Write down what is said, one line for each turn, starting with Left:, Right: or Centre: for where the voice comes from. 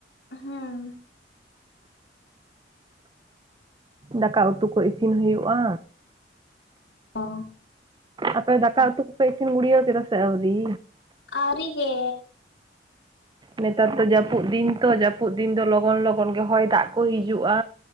Left: ᱦᱮᱸ᱾
Right: ᱫᱟᱠᱟ ᱩᱛᱩ ᱠᱚ ᱤᱥᱤᱱ ᱦᱩᱭᱩᱜᱼᱟ᱾
Left: ᱚ᱾
Right: ᱟᱯᱮ ᱫᱟᱠᱟ ᱩᱛᱩ ᱠᱚᱯᱮ ᱤᱥᱤᱱ ᱜᱩᱲᱭᱟᱹᱣ ᱠᱮᱫᱟ ᱥᱮ ᱟᱹᱣᱨᱤ?
Left: ᱟᱣᱨᱤ ᱜᱮ᱾
Right: ᱱᱮᱛᱟᱨ ᱫᱚ ᱡᱟᱹᱯᱩᱫ ᱫᱤᱱ ᱛᱚ ᱡᱟᱹᱯᱩᱫ ᱫᱤᱱ ᱫᱚ ᱞᱚᱜᱚᱱ ᱞᱚᱜᱚᱱ ᱜᱮ ᱦᱚᱭ ᱫᱟᱜ ᱠᱚ ᱦᱤᱡᱩᱜᱼᱟ᱾